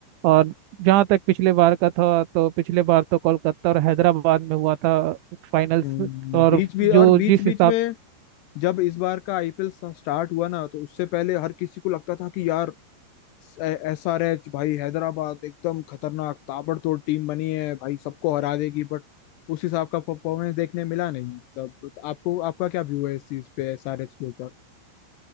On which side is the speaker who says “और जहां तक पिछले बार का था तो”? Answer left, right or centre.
Right